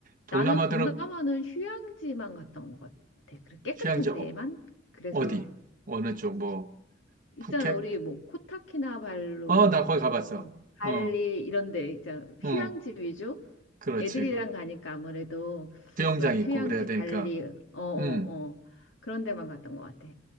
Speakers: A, on the right; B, on the left.
A: 동남아들은
B: 나는 동남아는 휴양지만 갔던 것 같아. 그래, 깨끗한
A: 휴양지 어-
B: 데만? 그래서,
A: 어디? 어느 쪽, 뭐,
B: 있잖아,
A: 푸켓?
B: 우리 뭐, 코타키나발루,
A: 어, 나 거기 가봤어.
B: 뭐, 발리,
A: 어, 어,
B: 이런 데, 있잖아. 휴양지
A: 어,
B: 위주?
A: 그렇지.
B: 애들이랑
A: 그
B: 가니까 아무래도
A: 수영장
B: 그런
A: 있고
B: 휴양지
A: 그래야 되니까.
B: 발리, 어, 어,
A: 음,
B: 어, 그런 데만 갔던 것 같아.